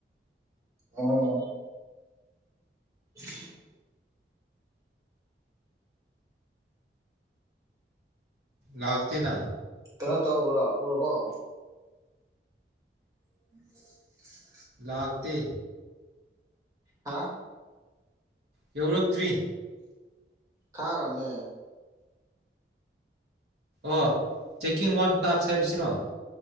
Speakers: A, on the right; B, on the right.
A: ꯌꯦꯡꯉꫭ ꯌꯦꯡꯉꫭ <inaudible>
B: ꯂꯥꯛꯇꯦꯅ
A: ꯀꯩꯅꯣ ꯇꯧꯕ꯭ꯔꯥ ꯎꯔꯕꯣ <unintelligible>
B: ꯂꯥꯛꯇꯦ
A: ꯍꯥ
B: ꯌꯧꯔꯛꯇ꯭ꯔꯤ
A: ꯊꯥꯈ꯭ꯔꯕꯅꯦ
B: ꯑꯣ ꯆꯦꯛꯀꯤꯡ ꯋꯥꯟ ꯇꯥꯛꯁ ꯍꯥꯏꯕꯁꯤꯔꯣ